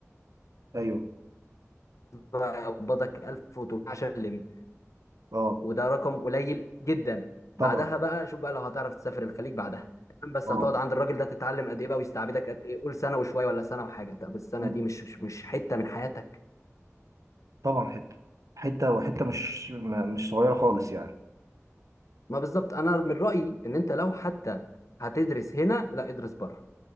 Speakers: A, on the right (about 80°); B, on the left (about 70°).
A: ايوه
B: يقبضك 1000 وتقول عشان تلم
A: اه
B: وده رقم قليل جدا
A: طبعا
B: بعدها بقى شوف بقى لو هتعرف تسافر الخليج بعدها تمام بس
A: اه
B: هتقعد عند الراجل ده تتعلم قد ايه بقى ويستعبدك قد ايه قول سنه وشويه ولا سنه وحاجه طب السنه
A: مم.
B: دي مش مش مش حته من حياتك
A: طبعا حته حته وحته مش م- مش صغيره خالص يعني
B: ما بالظبط انا من رايي ان انت لو حتى هتدرس هنا لا ادرس بره